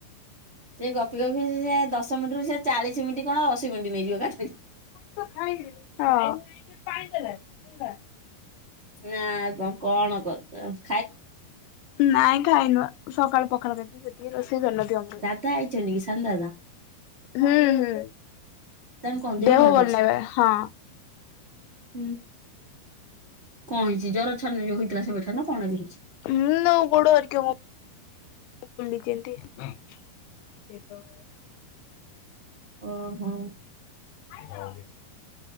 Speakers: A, on the right; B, on the left.
A: ସେ ଗପି ଗପି ସେ ଦଶ ମିିଟରୁ ସେ ଚାଳିଶ ମିନିଟ୍ କଣ ଅଶୀ ମିନିଟ ନେଇଯିବ <unintelligible>
B: ହଁ
A: ନା ଆଉ କଣ କଣ କରୁଚ?
B: ନାଇଁ ଖାଇନୁ ସକାଳୁ ପଖାଳ ସେତିିକି ରୋଷେଇ କରିନଥିବ।
A: ଦାଦା ଆଇଛନ୍ତି କି ସାନ ଦାଦା?
B: ହୁଁ ହୁଁ
A: ତାଙ୍କ କଣ
B: ଦେହ
A: ଖରାପ
B: ଭଲ
A: ଅଛି?
B: ନାଇ ବା ହଁ
A: ହୁଁ କଣ ହେଇଛି ଜର ଛାଡୁନି ଯୋଉ ହେଇଥିଲା ସେବେଠାରୁ ନା କଣ ହେଇଛି?
B: ହୁଁ ତାଙ୍କ ଗୋଡ଼ ହେରୀକା ଭଲି କେଛନ୍ତି ହେଇଥିପାଇଁ
A: ଓହୋ
B: ଆଇଲ